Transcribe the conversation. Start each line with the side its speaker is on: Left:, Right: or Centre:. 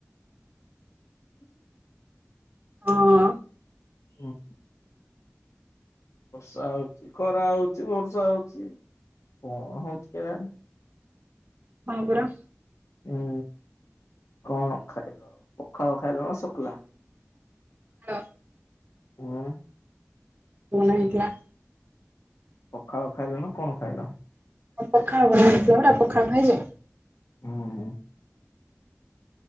Left: <inaudible>
Right: ହଁ।
Left: ହୁଁ ବର୍ଷା ହଉଛି ଖରା ହଉଛି ବର୍ଷା ହଉଛି କଣ ହଉଛି କେଜାଣି?
Right: ହଁ ପୁର
Left: ହୁଁ କଣ ଖାଇଲ ପଖାଳ ଖାଇଲ ନା ଶୁଖଲା।
Right: ହଁ।
Left: ହଁ।
Right: ସେଣାଇକା
Left: ପଖାଳ ଖାଇଲ ନା କଣ ଖାଇଲ?
Right: ରପ ଖାବ ମିସଥିଲା ରାପୋକ ଖା ଭାଇ ଯେ
Left: ହୁଁ